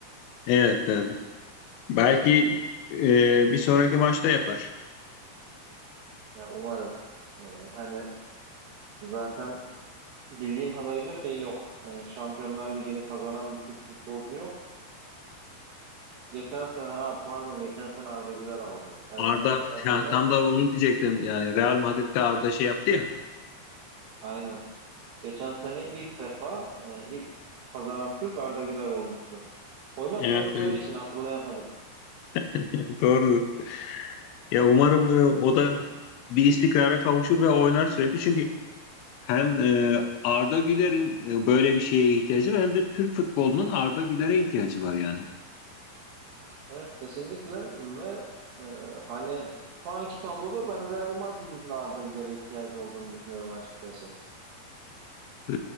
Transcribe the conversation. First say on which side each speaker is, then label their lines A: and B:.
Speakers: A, on the left; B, on the right.
A: Evet, evet. Belki e, bir sonraki maçta yapar.
B: Ya umarım. E, hani zaten bildiğim kadarıyla şey yok. E, Şampiyonlar Ligi'ni kazanan bir Türk futbolcu yok. Geçen sene ha pardon geçen sene Arda Güler aldı. Evet
A: Arda
B: geçen sene
A: ya, tam da onu diyecektim. Yani Real Madrid'de Arda şey yaptı ya.
B: aynen. Geçen sene ilk defa e, ilk kazanan Türk Arda Güler olmuştu. Oynatmadıkları
A: Evet, evet.
B: için hatırlayamadım.
A: <laughs> Doğrudur. Ya umarım e, o da bir istikrara kavuşur ve oynar sürekli. Çünkü Hem e, Arda Güler'in e, böyle bir şeye ihtiyacı var hem de Türk futbolunun Arda Güler'e ihtiyacı var yani.
B: Evet kesinlikle ve e, hani şu anki tabloda ben Real Madrid'in de Arda Güler'e ihtiyacı olduğunu düşünüyorum açıkçası.
A: E,